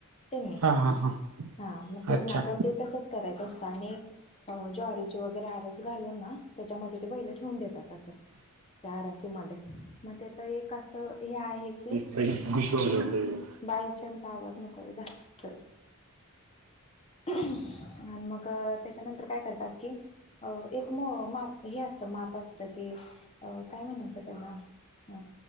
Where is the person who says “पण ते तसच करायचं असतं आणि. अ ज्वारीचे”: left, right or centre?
Left